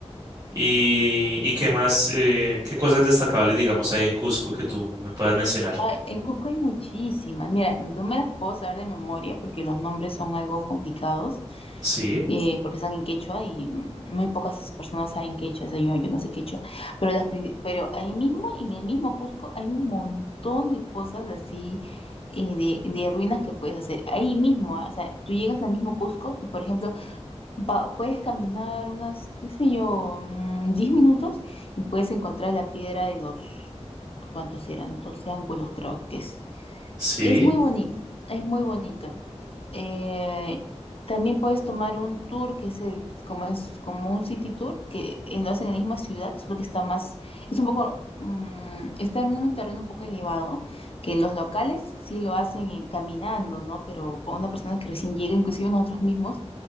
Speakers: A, on the right; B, on the left.
A: Y, y qué más, eh, qué cosas destacables, digamos, hay en Cusco que tú me puedas mencionar.
B: Ah, en Cusco hay muchísimas. Mira, no me las puedo saber de memoria porque los nombres son algo complicados,
A: Sí,
B: eh, porque están en quechua y mm, muy pocas personas saben quechua, o sea, yo, yo no sé quechua. Pero, las, pri- pero ahí mismo, en el mismo Cusco, hay un montón de cosas así, eh, de, de ruinas que puedes hacer. Ahí mismo, ah, o sea, tú llegas al mismo Cusco y, por ejemplo, va- puedes caminar unas, qué sé yo, mm, 10 minutos y puedes encontrar la piedra de los, ¿cuántos eran? doce ángulos, creo que es.
A: sí.
B: Y es muy bonito, es muy bonito. Eh, también puedes tomar un tour que es el, como es como un city tour, que eh, lo hacen en la misma ciudad, solo que está más, es un poco, mm, está en un terreno un poco elevado, que los locales sí lo hacen eh, caminando, ¿no? Pero a una persona que recién llega, inclusive nosotros mismos,